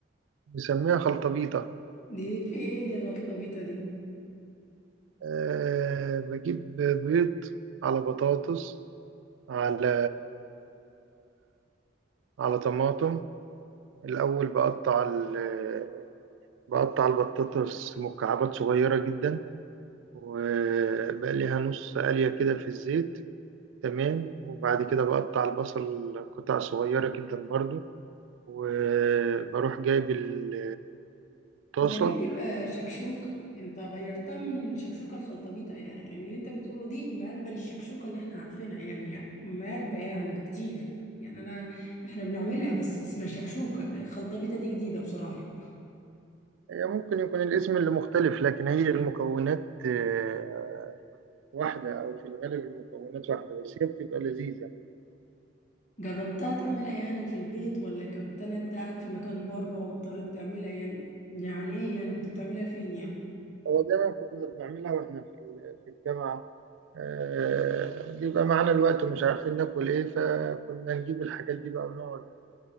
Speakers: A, on the right (about 85°); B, on the left (about 40°).
A: مسميها خلطبيطه
B: دي في ايه دي غلطة بيتا دي
A: أه بجيب بيض على بطاطس على على طماطم الاول بقطع ال- بقطع البطاطس مكعبات صغيره جدا وبقليها نص قليه كده في الزيت تمام وبعد كده بقطع البصل قطع صغيرة جدا برضو وبروح جايب ال- الطاسة
B: ده دي تبقى شكشوكة انت غيرتها من شكشوكة الخلطبيطة يعني يعني اللي انت بتقوله دي مقربة للشكشوكة اللي احنا عارفينها يعني يعني مقربة يعني بكتير يعني انا احنا بنعملها بس اسمها شكشوكة خلطبيطة دي جديدة بصراحة
A: هي ممكن يكون الاسم اللي مختلف لكن هي المكونات آه، واحدة أو في الغالب المكونات واحدة بس هي بتبقى لذيذة
B: جربتها تعملها يعني في البيت ولا كنت انا قاعد في مكان بره واضطريت تعملها يعني يعني ايه يعني كنت بتعملها فين يعني
A: هو دايما كنا بنعملها واحنا في ال- في الجامعة آه، بيبقى معانا الوقت ومش عارفين ناكل ايه فكنا نجيب الحاجات دي بقى ونقعد